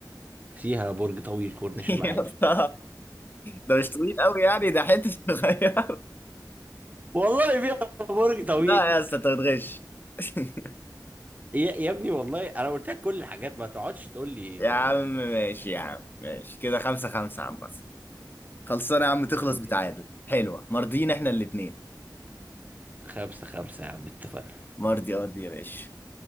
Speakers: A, on the right; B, on the left.
A: فيها برج طويل كورنيش
B: <laughs> يا
A: المعادي
B: اسطى ده مش طويل قوي يعني ده حته صغيره
A: والله فيها برج طويل
B: لا يا اسطى انت بتغش <laughs>
A: يا, يا ابني والله انا قلت لك كل الحاجات ما تقعدش تقول لي
B: يا عم
A: آه،
B: ماشي يا عم ماشي كده خمسة خمسة يا عم بس خلصانة يا عم تخلص
A: ماشي.
B: بتعادل حلوة مرضيين احنا الاتنين
A: خمسة خمسة يا عم اتفقنا
B: مرضي ارضي يا باشا